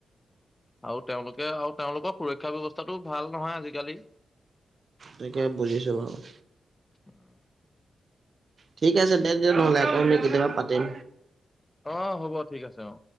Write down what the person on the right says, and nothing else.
তাকে বুজিছো বাৰু।
ঠিক আছে দে। নহ'লে আকৌ আমি কেতিয়াবা পাতিম।